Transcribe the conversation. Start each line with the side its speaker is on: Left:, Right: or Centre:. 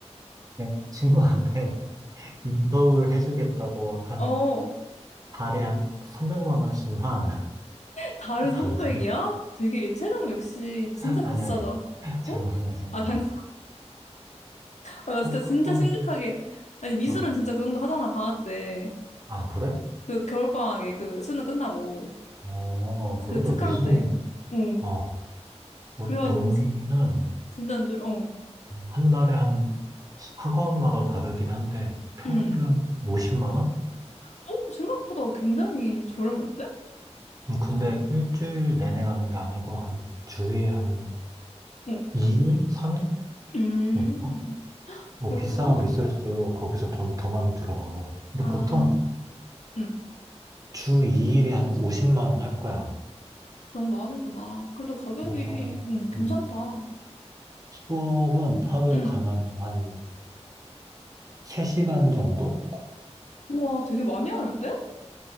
Right: 내가 친구한테 <laughs> 인서울 해주겠다고 한
Left: 어, 어.
Right: 달에 한 300만 원씩만
Left: 달에
Right: <laughs>
Left: 300이야?
Right: 달래.
Left: 되게 예체능 역시
Right: 아니,
Left: 진짜 비싸다.
Right: 아니야. 장난이야,
Left: 어?
Right: 장난.
Left: 아, 당연히 아, 나 진짜
Right: 어,
Left: 진짜
Right: 어,
Left: 심각하게 아니 미술은
Right: 어,
Left: 진짜 그 정도 하잖아 방학 때
Right: 아, 그래?
Left: 그 겨울방학에 그 수능 끝나고
Right: 어, 어, 그래도
Left: 그 특강
Right: 미술은,
Left: 때 어.
Right: 어, 뭐,
Left: 그래가지고
Right: 연기는
Left: 진 진짜인 줄 어.
Right: 한, 달에 한 학원마다 다르긴 한데, 평균
Left: 음.
Right: 50만 원?
Left: 어 생각보다 굉장히 저렴한데?
Right: 음, 근데 일주일 내내 가는 게 아니고, 한 주에 한
Left: 어.
Right: 2일? 3일?
Left: 음
Right: 어? 뭐,
Left: 그렇구나.
Right: 비싸면 비쌀수록 거기서 돈 더 많이 들어가고. 근데
Left: 아,
Right: 보통
Left: 음.
Right: 주 2일에 한 50만 원 할 거야.
Left: 그 정도 하는구나. 그래도 가격이
Right: 그래서,
Left: 음 괜찮다.
Right: 음, 수업은 하루에
Left: 음.
Right: 가면 한 3시간 정도?
Left: 우와 되게 많이 하는데?